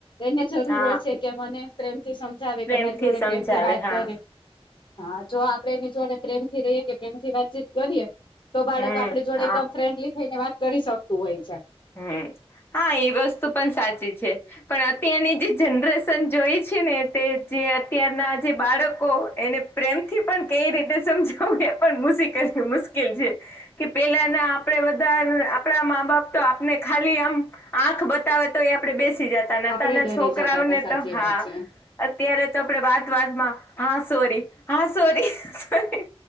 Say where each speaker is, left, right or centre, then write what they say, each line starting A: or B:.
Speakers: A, on the left (about 50°); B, on the left (about 20°).
A: એને જરૂર
B: હા
A: હોય છે કે મને પ્રેમથી સમ જાવે
B: પ્રેમથી
A: કે અમારી જોડે
B: સમજાવે
A: પ્રેમ થી વાત
B: હા
A: કરે હા જો આપડે એની જોડે પ્રેમથી રહીએ કે પ્રેમ થી વાતચીત કરીએ તો બાળક
B: હમ
A: આપડી જોડે
B: હા
A: એકદમ ફ્રેન્ડલી થઈને વાત કરી શકતું હોય છે.
B: હમ હા એ વસ્તુ પણ સાચી છે. પણ અત્યારની જે જનરેશન જોઈ છે ને તે જે અત્યારના જે બાળકો એને પ્રેમથી પણ કઈ રીતે સમજાવું એ પણ મુસી કે મુશ્કિલ છે. કે પેલા ના આપડે વધાર આપણા મા બાપ તો આપને ખાલી આમ આંખ બતાવે તો એ આપડે બેસી જતા નતા
A: આપડે
B: ને
A: ડરી
B: છોકરાઓ
A: જતા હતા
B: ને
A: સાચી
B: તો હા
A: વાત છે
B: અત્યારે તો આપડે વાત વાતમાં હા સોરી હા સોરી સોરી.